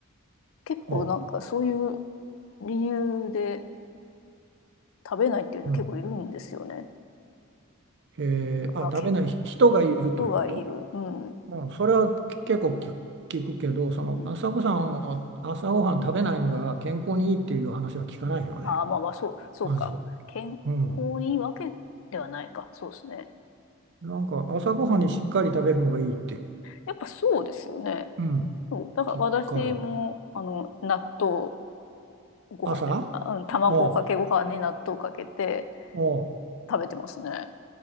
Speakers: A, on the left (about 65°); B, on the right (about 55°).
A: 結構なんかそういう
B: は
A: 理由で、食べないっていう人結構いるんですよね。
B: う、うん。えー、
A: まあ、
B: あ、食べない人がいるということ、
A: 健康がいる。うん。
B: うん、それは結構聞く聞くけど、その朝ごさんを朝ごはん食べないのが健康にいいっていう話は聞かないよね、
A: うん、ああ、まあまあ、そう、そうか。
B: まず。
A: 健康にいいわけではないか。
B: うん、
A: そうですね。
B: なんか朝ごはんにしっかり食べるのがいいって、
A: うん。やっぱそうですよね。
B: うん、
A: そう。だから私も、
B: 聞くから。
A: あの、納豆ご飯で、
B: 朝
A: あ、うん、卵かけご飯に納豆かけて
B: おうおう
A: 食べてますね。